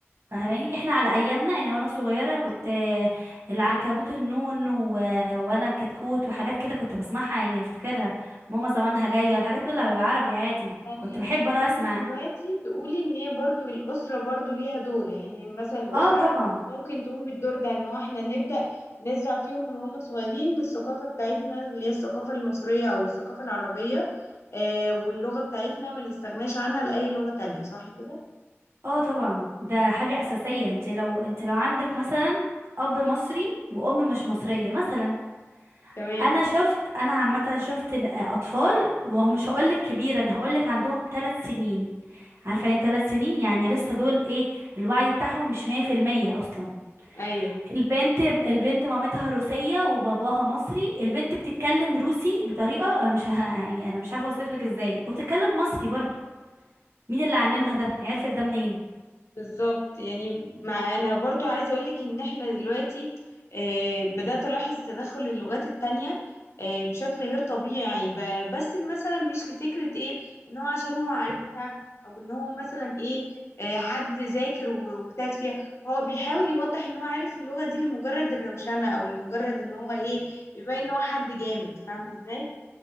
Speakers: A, on the right (about 60°); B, on the left (about 70°).
A: فاهماني احنا على ايامنا يعني وانا صغيره كنت آه، العنكبوت النون و... وانا الكتكوت وحاجات كده كنت بسمعها يعني افتكرها ماما زمانها جايه الحاجات دي بالعربي عادي
B: يعني
A: كنت
B: انت
A: بحب
B: تقصدي
A: انا اسمع
B: دلوقتي تقولي ان هي برضو الاسره برضو ليها دور يعني مثلا الاسره
A: اه طبعا
B: ممكن تقوم بالدور ده ان هو احنا نبدا نزرع فيهم من هم صغيرين الثقافه بتاعتنا اللي هي الثقافه المصريه او الثقافه العربيه آه واللغه بتاعتنا ما نستغناش عنها لاي لغه تانية صح كده
A: اه طبعا ده حاجه اساسيه انت لو انت لو عندك مثلا اب مصري وام مش مصريه مثلا
B: تمام
A: انا شفت انا عامه شفت ن- آه، اطفال وهو مش هقولك كبيره انا هقولك عندهم ثلاث سنين عارفه يعني ثلاث سنين يعني لسه دول ايه الوعي بتاعهم مش مية في المية اصلا
B: ايوه
A: البنت البنت مامتها روسيه وباباها مصري البنت بتتكلم روسي بطريقه انا مش ه... يعني انا مش عارفه اوصفلك ازاي وبتتكلم مصري برضو مين اللي علمها ده عرفت ده منين
B: بالظبط يعني مع انا برضو عايزه اقول لك ان احنا دلوقتي آه، بدات الاحظ تدخل اللغات التانية آه، بشكل غير طبيعي ب- بس مثلا مش لفكره ايه ان هو عشان هو عارفها او ان هو مثلا ايه آه، حد ذاكر و- واجتهد فيها هو بيحاول يوضح ان هو عارف اللغه دي لمجرد الروشنه او لمجرد ان هو ايه بيبين ان هو حد جامد فاهمه ازاي